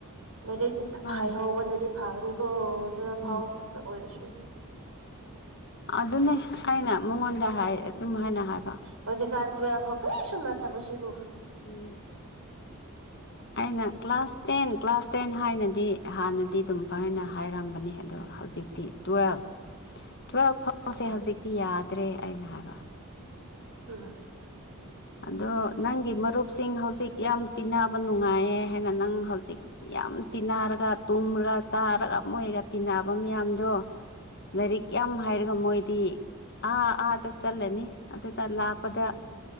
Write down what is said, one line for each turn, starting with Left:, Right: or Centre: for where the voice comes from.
Right: ꯂꯥꯏꯔꯤꯛ
Left: ꯍꯣꯏ
Right: ꯍꯥꯏꯍꯧꯕꯅꯗꯤ ꯐꯒꯅꯤꯀꯣ ꯇꯨꯋꯦꯜꯐ
Left: ꯎꯝ
Right: ꯐꯥꯎ ꯑꯣꯏꯔꯁꯨ
Left: ꯑꯗꯨꯅꯤ ꯑꯩꯅ ꯃꯉꯣꯟꯗ ꯍꯥꯏ ꯑꯗꯨꯝ ꯍꯥꯏꯅ ꯍꯥꯏ
Right: ꯍꯧꯖꯤꯛ ꯀꯥꯟ ꯇꯨꯋ ꯐꯛꯦ ꯁꯨꯝꯝ ꯅ ꯊꯕꯁꯤꯕꯨ
Left: ꯎꯝ ꯑꯩꯅ ꯀ꯭ꯂꯥꯁ ꯇꯦꯟ ꯀ꯭ꯂꯥꯁ ꯇꯦꯟ ꯍꯥꯏꯅꯗꯤ ꯍꯥꯟꯅꯗꯤ ꯑꯗꯨꯝ ꯐꯥꯏꯅ <unintelligible> ꯍꯥꯏꯔꯝꯕꯅꯤ ꯑꯗꯣ ꯍꯧꯖꯤꯛ ꯇꯤ ꯇ꯭ꯋꯦꯜ
Right: <inaudible>
Left: ꯇꯨꯋꯦꯜꯐ ꯐꯥꯎꯁꯦ
Right: ꯎꯝ
Left: ꯍꯧꯖꯤꯛꯇꯤ ꯌꯥꯗ꯭ꯔꯦ ꯑꯩꯅ ꯍꯥꯏꯕ
Right: ꯎꯝ
Left: ꯑꯗꯣ ꯅꯪꯒꯤ ꯃꯔꯨꯞꯁꯤꯡ ꯍꯧꯖꯤꯛ ꯌꯥꯝ ꯇꯤꯟꯅꯕ ꯅꯨꯡꯉꯥꯏꯌꯦ ꯍꯥꯏꯅ ꯅꯪ ꯍꯧꯖꯤꯛ ꯌꯥꯝ ꯇꯤꯟꯅꯔꯒ ꯇꯨꯝꯔꯒ ꯆꯥꯔꯒ ꯃꯣꯏꯒ ꯇꯤꯟꯅꯕ ꯃꯌꯥꯝꯗꯣ
Right: <inaudible>
Left: ꯂꯥꯏꯔꯤꯛ ꯌꯥꯝ ꯍꯥꯏꯔꯒ ꯃꯣꯏꯗꯤ ꯑꯥ ꯑꯥꯗ ꯆꯠꯂꯅꯤ ꯑꯗꯨꯅ ꯂꯥꯛꯄꯗ
Right: ꯎꯝ